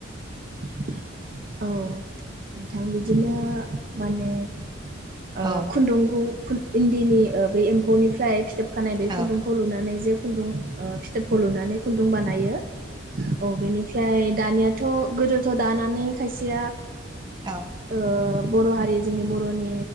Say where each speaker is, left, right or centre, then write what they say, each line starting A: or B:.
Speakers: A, on the right; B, on the right.
A: औ नोंथां बिदिनो माने ओ
B: औ
A: खुन्दुंखौ खुन इन्दिनि बै एम्फौनिफ्राय फिथोबखानाय बे
B: औ
A: खुन्दुंखौ लुनानै जे खुन्दुं ओ फिथोबखौ लुनानै खुन्दुं बानायो औ बेनि ओमफ्राय दानियाथ' गोदोथ' दानानै खायसेया
B: औ
A: ओ बर' हारि जोंनि बर'नि